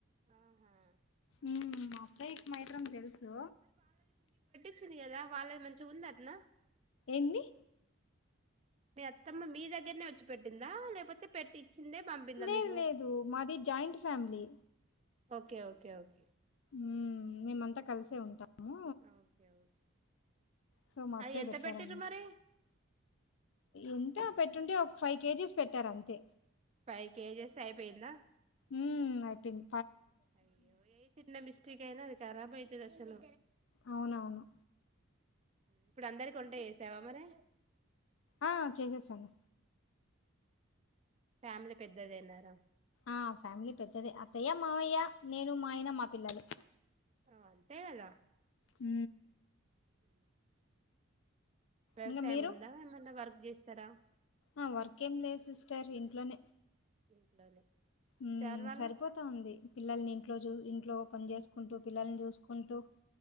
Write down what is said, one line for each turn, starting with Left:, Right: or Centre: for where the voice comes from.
Right: ఆహా
Left: ఉ మా అత్తయికి మాత్రం తెలుసు
Right: చ్చింది కదా వాళ్ళది మంచిగ ఉంది అట్న
Left: ఎన్డీ
Right: మీ అత్తమ్మ మీ దగ్గరనే వచ్చి పెట్టిందా లేకపోతే పెట్టి చిందే పంపిందా
Left: లేదు
Right: మీకు
Left: లేదు మాది joint family
Right: okay okay okay
Left: ఉ మేమంతా కలిసే ఉంటాము
Right: ఓకే ఓకే
Left: సో మత్తయ్య
Right: అది ఎంత
Left: పెట్టారా
Right: పెట్టిరు మరి
Left: ఎంత పెట్టుంటే ఒక ఫైవ్ కేజీస్ పెట్టారు అంతే
Right: ఫైవ్ కేజెస్ అయిపోయిందా
Left: ఉ అయిపోంది
Right: అయ్యో ఏ చిన్న మిస్టేక్ అయినా అది కరాబ్ అయితది అసలు
Left: అవునవును
Right: ఇప్పుడు అందరికి వంట చేసావా మరి
Left: ఆ చేసేసాను
Right: ఫ్యామిలీ పెద్దదిన్నారా
Left: ఆ ఫ్యామిలీ పెద్దది అత్తయ్యా మామయ్య నేను మా ఆయన మా పిల్లలు
Right: ఓ అంతే గద
Left: ఊ
Right: ఇ వ్యవసాయం
Left: ఇంకా మీరు
Right: ఉందా ఏమన్నా వర్క్ చేస్తారా
Left: ఆ వర్క్ఏం లేదు సిస్టర్ ఇంట్లోనే
Right: ఇంట్లోనే
Left: ఉ
Right: సార్ వాళ్ళు
Left: సరిపోతా ఉంది పిల్లల్ని ఇంట్లో చూ ఇంట్లో పని చేసుకుంటూ పిల్లల్ని చూసుకుంటూ